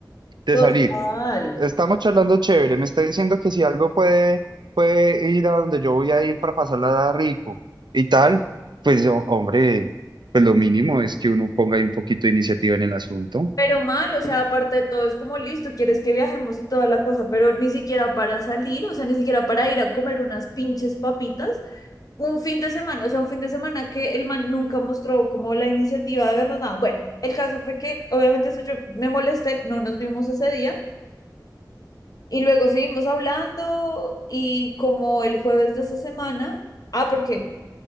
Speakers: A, on the right; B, on the left.
A: de
B: Total.
A: salir Estamos charlando chévere, me está diciendo que si algo puede, puede ir a donde yo voy a ir para pasarla rico y tal, pues ho- hombre, pues lo mínimo es que uno ponga ahí un poquito de iniciativa en el asunto.
B: Pero mal, o sea, aparte de todo, es como listo, quieres que viajemos y toda la cosa, pero ni siquiera para salir, o sea, ni siquiera para ir a comer unas pinches papitas, un fin de semana, o sea, un fin de semana que el man nunca mostró como la iniciativa de vernos nada. Bueno, el caso fue que, obviamente, eso yo me molesté, no nos vimos ese día, y luego seguimos hablando, y como el jueves de esa semana, ah, porque